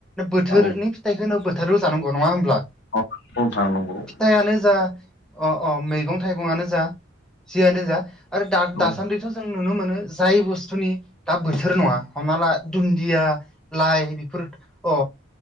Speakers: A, on the left; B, in the centre.
A: नंगौ
B: बोथोरनि फिथायखौनो बोथोराव जानांगौ नङा होनोमब्ला?
A: अ बुंनो थांनांगौ।
B: हिथायानो जा अ अ मैगं थाइगंआानो जा जियानो जा' आरो दा
A: औ
B: दासानदैथ जों नुनो मोनो जाय बुस्थुनि दा बोथोर नङा हमना ला दुन्दिया लाइ बेफोर अ